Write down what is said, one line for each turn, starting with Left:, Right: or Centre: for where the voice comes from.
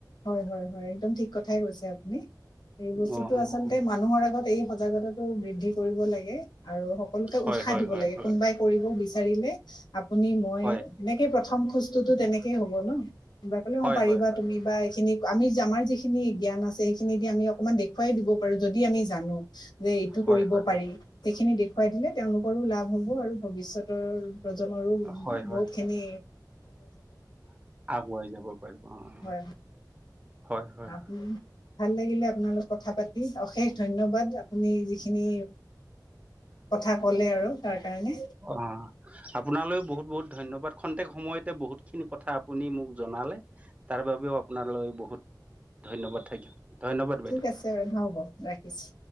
Left: হয়-হয়-হয় একদম ঠিক কথাই কৈছে আপুনি। এই বস্তুটো
Right: অ অ
Left: আচলতে মানুহৰ আগত এই সজাগতাটো বৃদ্ধি কৰিব লাগে আৰু সকলোকে
Right: হয়
Left: উৎসাহ
Right: হয়
Left: দিব
Right: হয়
Left: লাগে,
Right: হয়
Left: কোনোবাই কৰিব বিচাৰিলে আপুনি মই
Right: হয়
Left: এনেকে প্ৰথম খোজ খোজটোতো তেনেকে হ'ব ন' <unintelligible>
Right: হয়
Left: অ' পাৰিবা
Right: হয় হয়
Left: তুমি বা এইখিনি আমি আমাৰ যিখিনি জ্ঞান আছে সেইখিনি দি আমি অকনমান দেখুৱাই দিব পাৰোঁ যদি আমি জানো যে এইটো
Right: হয়
Left: কৰিব
Right: হয়
Left: পাৰি
Right: হয়
Left: সেইখিনি দেখুৱাই দিলে তেওঁলোকৰো লাভ হ'ব আৰু ভৱিষ্যত ভৱিষ্যতৰ প্ৰজন্মৰো বহুত
Right: হয় হয়
Left: খিনি
Right: আগুৱাই যাব পাৰিব, অ' হয়-হয়-হয়।
Left: হয় আপুনি ভাল লাগিলে আপোনাৰ লগত কথা পাতি অশেষ ধন্যবাদ আপুনি যিখিনি কথা ক'লে আৰু তাৰ কাৰণে
Right: অ' আপোনালৈ বহুত-বহুত ধন্যবাদ <unintelligible> প্ৰত্যেক সময়তে বহুত খিনি কথা আপুনি মোক জনালে তাৰবাবেও আপোনালৈ বহুত। ধন্যবাদ থাকিল। ধন্যবাদ বাইদেউ।
Left: ঠিক আছে হ'ব ৰাখিছো।